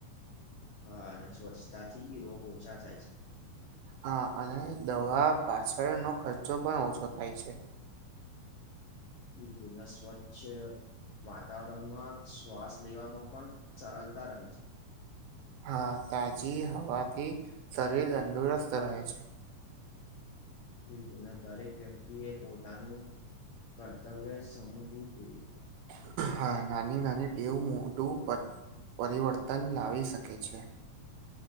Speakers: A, on the left; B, on the right.
A: હ અને સ્વચતાથી રોગ ઓછા થાય છે.
B: હા અને દવા પાછળનો ખર્ચો પણ ઓછો થાય છે.
A: બિલકુલને સ્વચ્છ વાતાવરણમાં શ્વાસ લેવામાં પણ સરલતા રહે છે.
B: હા તાજી હવાથી શરીર તંદુરસ્ત રહે છે.
A: બિલકુલ દરેક વ્યક્તિ એ પોતાનું કર્તવ્ય સમજવું જોઈએ
B: હા નાની નાની ટેવ મોટું પ પરિવર્તન લાવી શકે છે.